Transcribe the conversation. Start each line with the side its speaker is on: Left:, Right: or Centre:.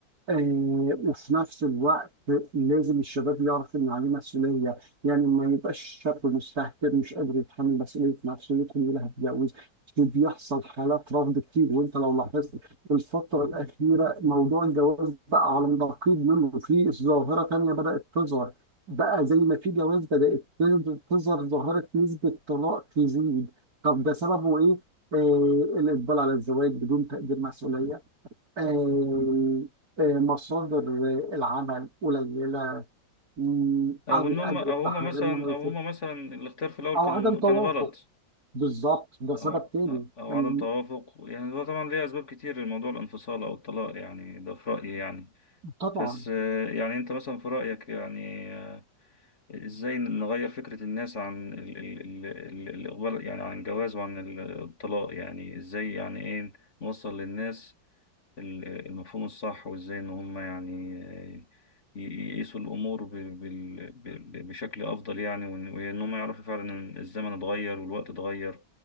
Right: آه وفي نفس الوقت لازم الشباب يعرف إن عليه مسؤولية يعني ما يبقاش الشاب مستهتر مش قادر يتحمل مسؤولية نفسه كلها هتتجوز بيحصل حالات رفض كتير وانت لو لاحظت في الفترة الأخيرة موضوع الجواز بقى على النقيض منه في ظاهرة تانية بدأت تظهر بقى زي ما في جواز بدأت تظ- تظهر ظاهرة نسبة طلاق تزيد طب ده سببه إيه؟ آه الإقبال على الزواج بدون تقدير مسؤولية آه آه مصادر آه، العمل قليلة مم،
Left: او
Right: أو
Left: ان
Right: الأجر
Left: هم او
Right: بتاعها
Left: هم مثلا
Right: غير مناسب
Left: او هم مثلا الاختيار في الاول
Right: او
Left: كان
Right: عدم توافق
Left: كان غلط
Right: بالظبط ده سبب
Left: او
Right: تاني
Left: او
Right: إن-
Left: عدم توافق يعني هو طبعا ليه اسباب كتير لموضوع الانفصال او الطلاق يعني ده في رايي يعني
Right: طبعا
Left: بس آه، يعني انت مثلا في رايك يعني آه، ازاي نغير فكره الناس عن ال- ال- ال- الاقبال يعني عن الجواز وعن ال- الطلاق يعني ازاي يعني ايه نوصل للناس ال- المفهوم الصح وازاي ان هم يعني آه، ي- يقيسوا الامور ب- بال- ب- بشكل افضل يعني وان وإن هم يعرفوا فعلا ان الزمن اتغير والوقت اتغير